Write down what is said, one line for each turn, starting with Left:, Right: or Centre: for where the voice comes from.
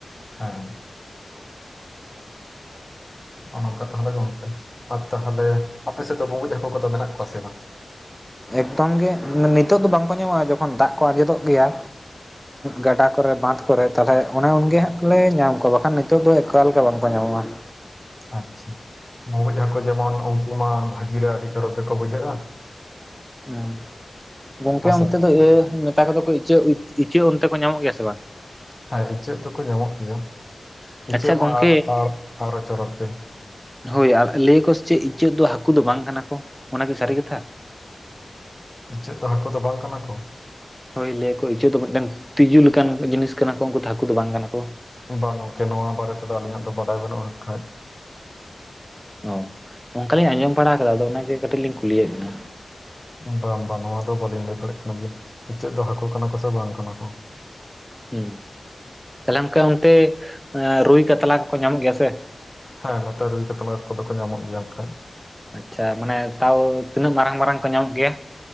Left: ᱦᱮᱸ ᱱᱚᱜ-ᱚ ᱱᱚᱝᱠᱟ ᱛᱟᱦᱚᱞᱮ ᱜᱚᱝᱠᱮ ᱟᱨ ᱛᱟᱦᱚᱞᱮ ᱟᱯᱮ ᱥᱮᱫ ᱫᱚ ᱵᱩᱢᱵᱩᱡ ᱦᱟᱠᱚ ᱠᱚ ᱫᱚ ᱢᱮᱱᱟᱜ ᱠᱚᱣᱟ ᱥᱮ ᱵᱟᱝ
Centre: ᱮᱠᱫᱚᱢ ᱜᱮ ᱱᱤᱛᱚᱜ ᱫᱚ ᱵᱟᱝᱠᱚ ᱧᱟᱢᱚᱜᱼᱟ ᱡᱚᱠᱷᱚᱱ ᱫᱟᱜ ᱠᱚ ᱟᱸᱡᱮᱫᱚᱜ ᱜᱮᱭᱟ ᱜᱟᱰᱟ ᱠᱚᱨᱮ ᱵᱟᱸᱫᱷ ᱠᱚᱨᱮ ᱛᱟᱞᱦᱮ ᱚᱱᱮ ᱩᱱ ᱜᱮᱦᱟᱸᱜ ᱞᱮ ᱧᱟᱢ ᱠᱚᱣᱟ ᱵᱟᱠᱷᱟᱱ ᱱᱤᱛᱚᱜ ᱫᱚ ᱮᱠᱟᱞ ᱠᱮ ᱵᱟᱝᱠᱚ ᱧᱟᱢᱚᱜᱼᱟ
Left: ᱟᱪᱪᱷᱟ, ᱵᱩᱢᱵᱩᱡ ᱦᱟᱠᱚ ᱡᱮᱢᱚᱱ ᱩᱱᱠᱩ ᱢᱟ ᱵᱷᱟᱹᱜᱤ ᱜᱮ ᱟᱹᱰᱤ ᱪᱳᱨᱳᱠ ᱜᱮᱠᱚ ᱵᱩᱡᱷᱟᱹᱜᱼᱟ
Centre: ᱦᱸ ᱜᱚᱝᱠᱮ
Left: ᱦᱮᱸᱥᱮ
Centre: ᱚᱱᱛᱮ ᱫᱚ ᱤᱭᱟᱹ ᱢᱮᱛᱟ ᱠᱚᱫᱚ ᱠᱚ ᱤᱪᱟᱹᱜ ᱤᱪ... ᱤᱪᱟᱹᱜ ᱚᱱᱛᱮ ᱠᱚ ᱧᱟᱢᱚᱜ ᱜᱮᱭᱟ ᱥᱮ ᱵᱟᱝ
Left: ᱦᱮᱸ ᱤᱪᱟᱹᱜ ᱫᱚ ᱠᱚ ᱧᱟᱢᱚᱜ ᱜᱮᱭᱟ ᱤᱪᱟᱹᱜ
Centre: ᱟᱪᱪᱷᱟ ᱜᱚᱝᱠᱮ
Left: ᱢᱟ ᱟ ᱟᱲ ᱟᱨᱦᱚ ᱪᱳᱨᱳᱠ ᱜᱮ
Centre: ᱦᱳᱭ ᱟᱞ... ᱞᱟᱹᱭ ᱟᱠᱚ ᱥᱮ ᱪᱮᱫ ᱤᱪᱟᱹᱜ ᱫᱚ ᱦᱟᱹᱠᱩ ᱫᱚ ᱵᱟᱝ ᱠᱟᱱᱟ ᱠᱚ ᱚᱱᱟ ᱠᱤ ᱥᱟᱹᱨᱤ ᱠᱟᱛᱷᱟ
Left: ᱤᱪᱟᱹᱜ ᱫᱚ ᱦᱟᱠᱟ ᱫᱚ ᱵᱟᱝ ᱠᱟᱱᱟ ᱠᱚ
Centre: ᱦᱳᱭ ᱞᱟᱹᱭᱟᱠᱚ ᱤᱪᱟᱹᱜ ᱫᱚ ᱢᱤᱫᱴᱮᱱ ᱛᱤᱡᱩ ᱞᱮᱠᱟᱱ ᱡᱤᱱᱤᱥ ᱠᱟᱱᱟ ᱠᱚ ᱩᱱᱠᱩ ᱫᱚ ᱦᱟᱹᱠᱩ ᱫᱚ ᱵᱟᱝ ᱠᱟᱱᱟ ᱠᱚ
Left: ᱵᱟᱝ ᱜᱚᱝᱠᱮ ᱱᱚᱶᱟ ᱵᱟᱨᱮ ᱛᱮᱫᱚ ᱟᱞᱤᱧᱟᱜ ᱫᱚ ᱵᱟᱰᱟᱭ ᱵᱟᱹᱱᱩᱜᱼᱟ ᱠᱷᱟᱺᱡ
Centre: ᱚ ᱚᱱᱠᱟᱞᱤᱧ ᱟᱸᱡᱚᱢ ᱵᱟᱲᱟ ᱟᱠᱟᱫᱟ ᱟᱫᱚ ᱚᱱᱟᱜᱮ ᱠᱟᱹᱴᱤᱡ ᱞᱤᱧ ᱠᱩᱞᱤᱭᱮᱫ ᱵᱤᱱᱟ
Left: ᱵᱟᱝ ᱵᱟᱝ ᱱᱚᱶᱟ ᱫᱚ ᱵᱟᱹᱞᱤᱧ ᱞᱟᱹᱭ ᱫᱟᱲᱮᱭᱟᱜ ᱠᱟᱱᱟ ᱡᱮ ᱤᱪᱟᱹᱜ ᱫᱚ ᱦᱟᱹᱠᱚ ᱠᱟᱱᱟ ᱠᱚ ᱥᱮ ᱵᱟᱝ ᱠᱟᱱᱟ ᱠᱚ
Centre: ᱦᱮᱸ ᱛᱟᱦᱚᱞᱮ ᱚᱱᱠᱟ ᱚᱱᱛᱮ ᱨᱩᱭ ᱠᱟᱛᱞᱟ ᱠᱚᱠᱚ ᱧᱟᱢᱚᱜ ᱜᱮᱭᱟ ᱥᱮ
Left: ᱦᱮᱸ ᱱᱚᱛᱮ ᱨᱩᱭ ᱠᱟᱛᱞᱟ ᱠᱚᱫᱚ ᱠᱚ ᱧᱟᱢᱚᱜ ᱜᱮᱭᱟ ᱠᱷᱟᱺᱡ
Centre: ᱟᱪᱪᱷᱟ ᱢᱟᱱᱮ ᱛᱟᱣ ᱛᱤᱱᱟᱹᱜ ᱢᱟᱨᱟᱝ ᱢᱟᱨᱟᱝ ᱠᱚ ᱧᱟᱢᱚᱜ ᱜᱮᱭᱟ